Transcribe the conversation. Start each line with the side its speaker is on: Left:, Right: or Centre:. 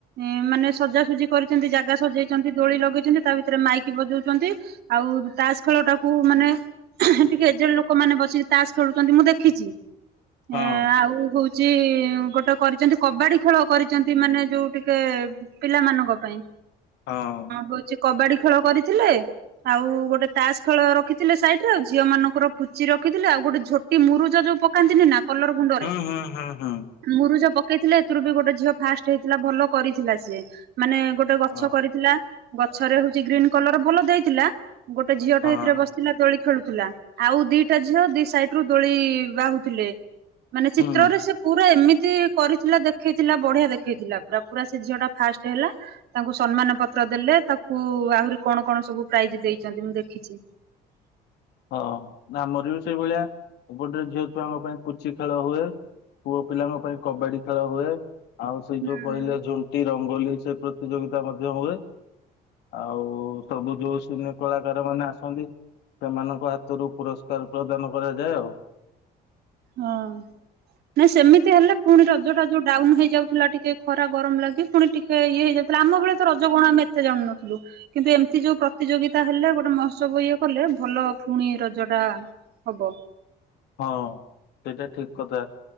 Right: ଏଁ ମାନେ ସଜାସଜି କରିଛନ୍ତି ଯାଗା ସଜେଇଛନ୍ତି ଦୋଳି ଲଗେଇଛନ୍ତି। ତା ଭିତରେ ମାଇକ ବଜଉଛନ୍ତି ଆଉ ତାସ ଖେଳଟାକୁ ମାନେ ଟିକେ ଏଜେଡ ଲୋକମାନେ ବସିକି ତାସ ଖେଳୁଛନ୍ତି ମୁଁ ଦେଖିଛି
Left: ହଁ
Right: ଏ ଆଉ ହଉ ଯେ ଗୋଟେ କରିଛନ୍ତି କବାଡି ଖେଳ କରିଛନ୍ତି ମାନେ ଯୋଉ ଟିକେ ପିଲାମାନଙ୍କ ପାଇଁ
Left: ହଁ
Right: ହଉଛି କବାଡି ଖେଳ କରିଥିଲେ। ଆଉ ଗୋଟେ ତାସ ଖେଳ ରଖିଥିଲେ ସାଇଡରେ ଆଉ ଝିଅ ମାନଙ୍କର ପୁଚି ରଖିଥିଲେ ଆଉ ଗୋଟେ ଝୋଟ ଝୋଟି ମୁରୁଜ ଯୋଉ ପକାନ୍ତିନି ନା କଲର ଗୁଣ୍ଡରେ
Left: ହୁଁ ହୁଁ ହୁଁ ହୁଁ।
Right: ମୁରୁଜ ପକେଇଥିଲେ ଏଥିରୁ ବି ଗୋଟେ ଝିଅ ଫାଷ୍ଟ ହେଇଥିଲା ଭଲ କରିଥିଲା ସିଏ ମାନେ ଗୋ ଗୋଟେ ଗଛ
Left: ହଁ
Right: କରିଥିଲା ଗଛରେ ହଉଛି ଗ୍ରୀନ୍ କଲର ଭଲ ଦେଇଥିଲା ଗୋଟେ ଝିଅଟେ
Left: ହଁ
Right: ସେଥିରେ ବ ଥିଲା ଦୋଳି ଖେଳୁଥିଲା ଆଉ ଦିଟା ଝିଅ ଦି ସାଇଡରୁ ଦୋଳି ବାହୁଥିଲେ। ମାନେ ଚିତ୍ରରେ
Left: ହୁଁ
Right: ସେ ପୁରା ଏମିତି କରିଥିଲା ଦେଖେଇଥିଲା ବଢିଆ ଦେଖେଇଥିଲା ପୁରା ପୁରା ସେ ଝିଅ ଟା ଫାଷ୍ଟ ହେଲା। ତାଙ୍କୁ ସମ୍ମାନ ପତ୍ର ଦେଲେ ତାକୁ ଆହୁରି କଣ କଣ ସବୁ ପ୍ରାଇଜ ଦେଇଛନ୍ତି ମୁଁ ଦେଖିଛି।
Left: ହଁ ଆମର ବି ସେଇଭଳିଆ ଗୋଟେ ଝିଅ ଛୁଆଙ୍କ ପାଇଁ ପୁଚି ଖେଳ ହୁଏ। ପୁଅ ପିଲାଙ୍କ ପାଇଁ କବାଡି ଖେଳ ହୁଏ ଆଉ ସେଇ
Right: ହୁଁ
Left: ଯୋଉ କହିଲେ ଯୋଉ ଝୋଟି ରଙ୍ଗୋଲି ସେ ପ୍ରତିଯୋଗିତା ମଧ୍ୟ ହୁଏ। ଆଉ ସବୁ ଯୋଉ ସିନେ କଳାକାର ମାନେ ଆସନ୍ତି। ସେମାନଙ୍କ ହାତରୁ ପୁରସ୍କାର ପ୍ରଦାନ କରାଯାଏ ଆଉ
Right: ହଁ। ନାଇଁ ସେମିତି ହେଲେ ପୁଣି ରଜଟା ଯୋଉ ଡାଉନ ହେଇଯାଉଥିଲା ଟିକେ ଖରା ଗରମ ଲାଗି ପୁଣି ଟିକେ ଇଏ ହେଇଯାଉଥିଲା ଆମ ବେଳେ ତ ରଜ କଣ ଆମେ ଏତେ ଜାଣୁନଥିଲୁ? କିନ୍ତୁ ଏମିତି ଯୋଉ ପ୍ରତିଯୋଗିତା ହେଲା ଗୋଟେ ମହୋତ୍ସବ ଇଏ କଲେ ଭଲ ଫୁଣି ରଜଟା ହବ।
Left: ହଁ ସେଇଟା ଠିକ କଥା।